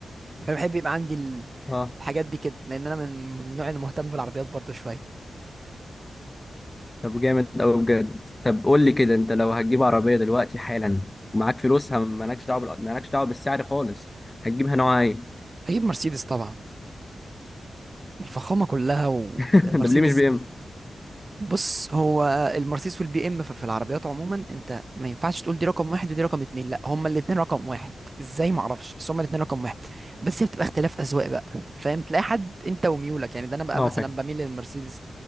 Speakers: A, on the right (about 30°); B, on the left (about 20°).
A: فانا بحب يبقى عندي ال-
B: اه
A: الحاجات دي كده لان انا من من النوع اللي مهتم بالعربيات برضه شويه
B: طب جامد قوي بجد طب قول لي كده انت لو هتجيب عربيه دلوقتي حالا ومعاك فلوسها مالكش دعوه بال- مالكش دعوه بالسعر خالص هتجيبها نوعها ايه
A: هجيب مرسيدس طبعا الفخامه كلها ومرسيدس
B: <laughs> ده ليه مش بي ام
A: بص هو المرسيدس والبي ام ففي العربيات عموما انت ما ينفعش تقول دي رقم واحد ودي رقم اتنين لا هما الاتنين رقم واحد ازاي ما اعرفش بس هما الاتنين رقم واحد بس هي بتبقى اختلاف اذواق بقى فاهم تلاقي حد انت وميولك يعني ده انا بقى
B: اه
A: مثلا
B: فاهم
A: بميل للمرسيدس